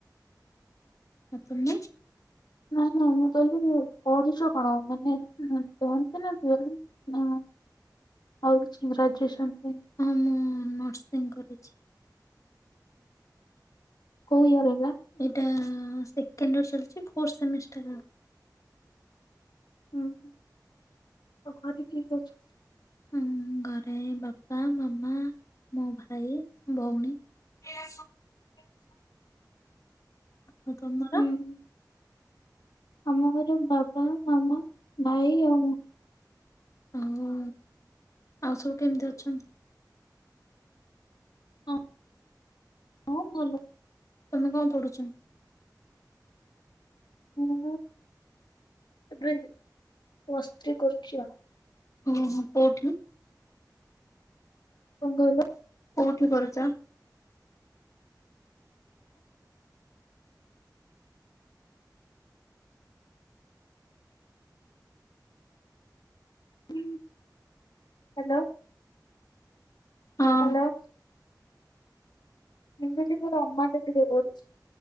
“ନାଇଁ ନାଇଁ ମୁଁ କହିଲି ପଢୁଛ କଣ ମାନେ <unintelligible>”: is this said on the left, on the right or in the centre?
Left